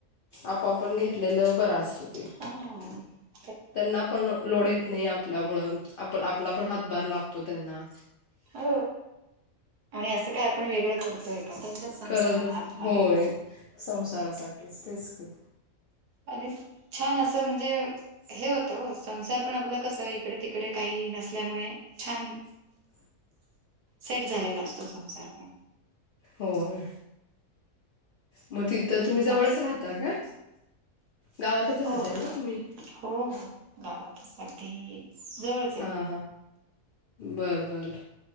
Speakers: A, on the left; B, on the right.
A: आपो आपण घेतलेलं बरं असतं ते.
B: हां
A: त्यांना पण लोड येत नाही आपल्यामुळं आप आपला पण हातबार लागतो त्यांना.
B: हो आणि असं काय आपण वेगळं करतोय का त्यांच्याच संसाराला
A: करतच
B: हातभार
A: होय
B: आहे.
A: संसारासाठीच तेच की.
B: आणि छान असं म्हणजे हे होतं संसार पण आपला कस इकडे तिकडे काही नसल्यामुळे छान
A: <inaudible>
B: सेट झालेला असतो संसार पण.
A: होय. मग तिथं तुम्ही जवळच
B: बाकी
A: राहता का गावातच राहताय
B: हो हो
A: ना तुम्ही.
B: हो हो गावातच अगदी जवळ.
A: हां हां बरं बरं.